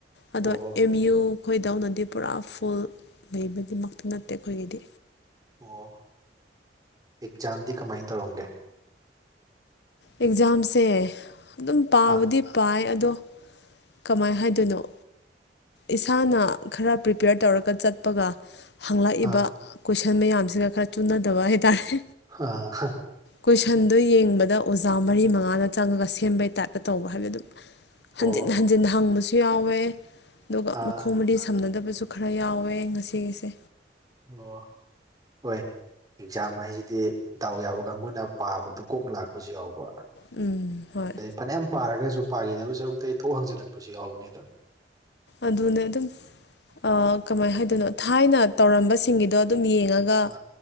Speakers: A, on the left; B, on the right.
A: ꯑꯗꯣ
B: ꯑꯣ
A: ꯑꯦꯝ ꯌꯨ ꯈꯣꯏꯗꯧꯅꯗꯤ ꯄꯨꯔꯥ ꯐꯨꯜ ꯂꯩꯕꯗꯤꯃꯛꯇꯤ ꯅꯠꯇꯦ ꯑꯩꯈꯣꯏꯒꯤꯗꯤ
B: ꯑꯣ ꯑꯦꯛꯖꯥꯝꯗꯤ ꯀꯃꯥꯏ ꯇꯧꯔꯝꯒꯦ
A: ꯑꯦꯛꯖꯥꯝꯁꯦ ꯑꯗꯨꯝ ꯄꯥꯕꯗꯤ
B: ꯑꯥ
A: ꯄꯥꯏ ꯑꯗꯣ ꯀꯃꯥꯏ ꯍꯥꯏꯗꯣꯏꯅꯣ ꯏꯁꯥꯅ ꯈꯔ ꯄ꯭ꯔꯤꯄꯦꯌꯔ ꯇꯧꯔꯒ ꯆꯠꯄꯒ ꯍꯪꯂꯛꯏꯕ
B: ꯑꯥ
A: ꯀꯣꯏꯁꯟ ꯃꯌꯥꯝꯁꯤꯒ ꯈꯔ ꯆꯨꯅꯗꯕ ꯍꯥꯏꯇꯥꯔꯦ
B: ꯑꯥ ꯍꯥ
A: ꯀꯣꯏꯁꯟꯗꯨ ꯌꯦꯡꯕꯗ ꯑꯣꯖꯥ ꯃꯔꯤ ꯃꯉꯥꯅ ꯆꯪꯉꯒ ꯁꯦꯝꯕꯩ ꯇꯥꯏꯞꯇ ꯇꯧꯕ ꯍꯥꯏꯕꯗꯤ ꯑꯗꯨꯝ
B: ꯑꯣ
A: ꯍꯟꯖꯤꯟ ꯍꯟꯖꯤꯟ ꯍꯪꯕꯁꯨ ꯌꯥꯎꯋꯦ ꯑꯗꯨꯒ
B: ꯑꯥ
A: ꯃꯈꯣꯡ ꯃꯔꯤ ꯁꯝꯅꯗꯕꯁꯨ ꯈꯔ ꯌꯥꯎꯋꯦ ꯉꯁꯤꯒꯤꯁꯦ
B: ꯑꯣ ꯍꯣꯏ ꯑꯦꯛꯖꯥꯝ ꯍꯥꯏꯁꯤꯗꯤ ꯗꯥꯎ ꯌꯥꯕ ꯀꯥꯡꯕꯨꯅ ꯄꯥꯕꯗꯨ ꯀꯣꯛ ꯂꯥꯛꯄꯁꯨ ꯌꯥꯎꯕ
A: ꯎꯝ ꯍꯣꯏ
B: ꯑꯗꯩ ꯐꯅꯌꯥꯝ ꯄꯥꯔꯒꯁꯨ ꯄꯥꯈꯤꯗꯕ ꯁꯔꯨꯛꯇꯩ ꯊꯣꯛ ꯍꯪꯖꯤꯜꯂꯛꯄꯁꯨ ꯌꯥꯎꯕꯅꯦ ꯑꯗꯨꯝ
A: ꯑꯗꯨꯅꯦ ꯑꯗꯨꯝ ꯑꯥ ꯀꯃꯥꯏ ꯍꯥꯏꯗꯣꯏꯅꯣ ꯊꯥꯏꯅ ꯇꯧꯔꯝꯕꯁꯤꯡꯒꯤꯗꯣ ꯑꯗꯨꯝ ꯌꯦꯡꯉꯒ
B: ꯑꯥ